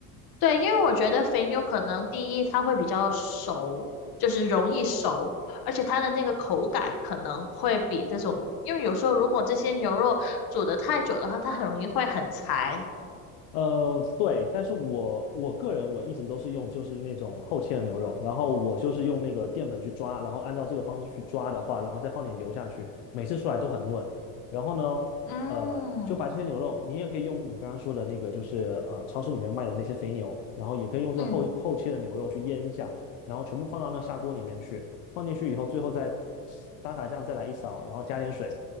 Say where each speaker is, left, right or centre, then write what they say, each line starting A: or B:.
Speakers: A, on the left; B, on the left.
A: 对，因为我觉得肥牛可能第一它会比较熟，就是容易熟，而且它的那个口感可能会比这种，因为有时候如果这些牛肉煮得太久的话，它很容易会很柴。
B: 呃，对，但是我我个人我一直都是用就是那种厚切的牛肉，然后我就是用那个淀粉去抓，然后按照这个方式去抓的话，然后再放点油下去，每次出来都很嫩。然后呢，
A: 嗯
B: 呃，就把这些牛肉，你也可以用你刚刚说的那个，就是呃超市里面卖的那些肥牛，然后也可以用这厚厚切的牛肉去腌一下，
A: 嗯，
B: 然后全部放到那砂锅里面去，放进去以后，最后再沙茶酱再来一勺，然后加点水，